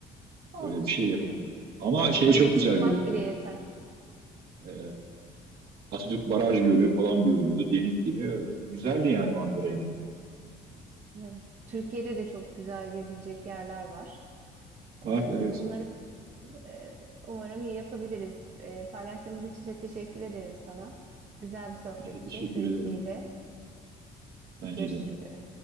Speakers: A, on the right; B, on the right.
A: Olsun.
B: Böyle bir şey yapamadık. Ama
A: <laughs>
B: şey
A: Oraya
B: çok güzel
A: çıkmak
B: görünüyordu.
A: bile yeter.
B: E, Atatürk Baraj Gölü falan görünüyordu. Deniz gibi. Ee, Güzeldi yani manzara yine de.
A: Evet. Türkiye'de de çok güzel gezilecek yerler var.
B: Var
A: Ee,
B: evet.
A: bunları e, umarım iyi yapabiliriz. Ee, paylaştığımız için de teşekkür ederim sana. Güzel bir sohbetti,
B: Ben de teşekkür
A: keyifliydi.
B: ederim. Bence
A: Görüşmek
B: de.
A: üzere.